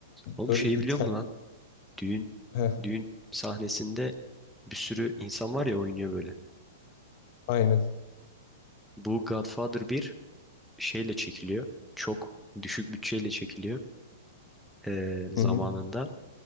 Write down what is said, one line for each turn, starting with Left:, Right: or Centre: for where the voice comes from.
Centre: Oğlum
Left: Böyle
Centre: şeyi
Left: ita...
Centre: biliyor musun lan? Düğün
Left: Heh,
Centre: düğün sahnesinde bir sürü insan var ya oynuyor böyle.
Left: aynen.
Centre: Bu Godfather bir şeyle çekiliyor. Çok düşük bütçeyle çekiliyor e, zamanında.
Left: Hı hı.